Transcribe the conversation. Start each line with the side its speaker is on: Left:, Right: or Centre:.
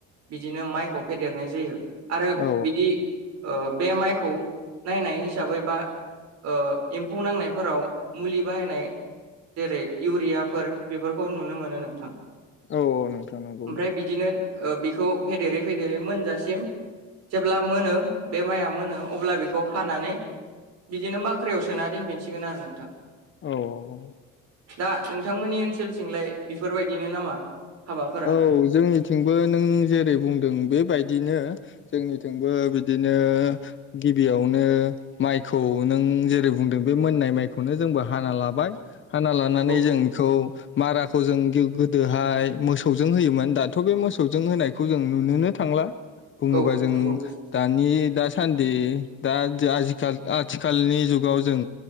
Right: बिदिनो माइखौ फेदेरनाय जायो आरो
Left: औ
Right: बिदि ओ बे माइखौ नायनाय हिसाबै बा ओ एम्फौ नांनायफोराव मुलि बाहायनाय जेरै इउरियाफोर बेफोरखौ नुनो मोनो नोंथां
Left: औ औ नोंथां नंगौ
Right: ओमफ्राय
Left: दे
Right: बिदिनो ओ बिखौ फेदेरै फेदेरै मोनजासिम जेब्ला मोनो बे माइया मोनो अब्ला बेखौ हानानै बिदिनो बाख्रियाव सोना दोनफिनसिगोन आरो नोंथां
Left: औ औ औ
Right: दा नोंथांमोननि ओनसोलथिंलाय बेफोरबायदिनो नामा हाबाफोरा
Left: औ जोंनिथिं नों जेरै बुंदों बेबायदिनो जोंनिथिंबो बिदिनो गि बेयावनो माइखौ नों जेरै बुंदों बे मोननाय माइखौनो जोंबो हाना लाबाय हाना लानानै
Right: औ
Left: जों इखौ माराखौ जों गोदोहाय मोसौजों होयोमोन दाथ' बे मोसौजों होनायखौ जों नुनोनो थांला बुङोबा
Right: औ
Left: जों
Right: नंगौ
Left: दानि दा सान्दि दा आजिखाल आथिखालनि जुगाव जों